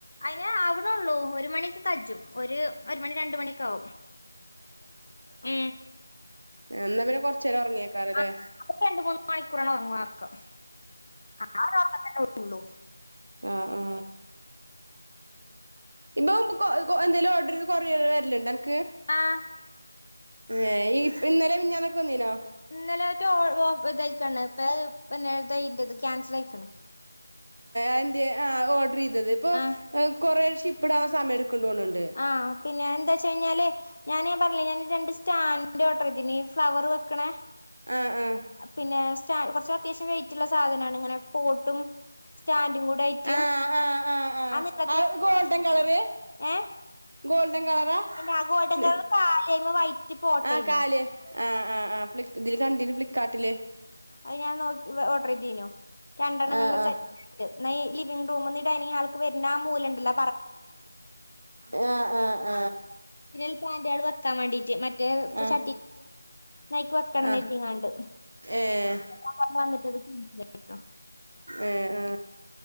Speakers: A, on the left (about 55°); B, on the right (about 70°).
A: അയ്ന് ആവ്ണൊള്ളൂ ഒരു മണിഒക്കെകജും ഒരു ഒരു മണി രണ്ടു മണിഒക്കെ ആവും ഉം
B: ഏ ന്നാപിന്നെ കുറച്ചു നേരം ഉറങ്ങിയേക്കാരല്ലേ
A: ആഹ് അപ്പൊ രണ്ട് മൂന്ന് മണിക്കൂറാണ് ഉറക്കത്തിന്റെ ആ <unintelligible> തന്നെ ഉള്ളു
B: അ ആ ഇപ്പൊ മ് പ്പം കൊ എന്തേലും ഓർഡർ കൊറിയർ വാരല്ണ്ടോന്ക്ക്
A: ആഹ്
B: ഏ ഇന്നലെ മിനിഞ്ഞാന്നൊക്കെ വന്നിനാ
A: ഇന്നലേത്തെ ഓ ഓഫ് ഇതായ്ക്കാണ് പ്പെ പിന്നെ ഇതായിൻ്റെത് ക്യാൻസൽയിക്കണ്
B: എന്റെ ആ ഓർഡർ ചെയ്തത് ഇപ്പൊ
A: ആഹ്
B: കുറേ ഷിപ്പിഡ് അവൻ സമയം എടുക്കും കൊണ്ടു പോണണ്ട്
A: ആഹ് പിന്നെ എന്താ വെച്ച കഴിഞ്ഞാല് ഞാൻ പറഞ്ഞിലെ ഞാൻ രണ്ട് സ്റ്റാൻഡ ഓർഡർ ചെയ്തിന് ഫ്ലവർ വെക്കണ
B: ആഹ് ആഹ്
A: പിന്നെ <unintelligible> കുറച്ച് അത്യാവശ്യം വെയ്റ്റുള്ളള്ള സാധനാണ് ഇങ്ങനെ പോട്ടും സ്റ്റാൻഡ് കൂടയിട്ട്
B: ആഹ് ആഹ് ആഹ് ആഹ്
A: ആ നി <unintelligible>
B: ഗോൾഡൻ കളറ്
A: ഏ
B: ഗോൾഡൻ കളറാ
A: അ്ന്നെ ആ ഗോൾഡൻ
B: ഫ്ലി
A: കളർ കാല് അയ്മെ വൈറ്റ് പോട്ടേന്നു
B: ആഹ് കാല് ആഹ് ആ ആ ഫ്ലിക്ക് ഇതില് കണ്ടിന് ഫ്ലിപ്കാർട്ടില്
A: അ് ഞാൻ നോക്കി <unintelligible> <unintelligible> ചെയ്തീനു രണ്ടെണ്ണംങ്ങനെല്ല
B: ആഹ് ആഹ്
A: സെറ്റായിട്ട് ന്നാ ഈ ലിവിംഗ് റൂമിന്ന് ഈ ഡൈനിംഗ്ഹാള്ക്ക് വര്ന്ന ആ മൂലണ്ടല്ല
B: ആഹ് ആഹ്
A: <unintelligible>
B: ആ
A: പ്ലാൻ്റാള് വെക്കാൻ മാണ്ടീട്ട് മറ്റേ ഇപ്പൊ
B: ആഹ്
A: ചട്ടി ഇഞ്ഞയ്ക്ക് വെക്കണംന്നെര്ദികാണ്ട്
B: ആഹ് ഏഹ്
A: മ് <unintelligible> വന്നിട്ടത് <unintelligible>
B: ഏ ആ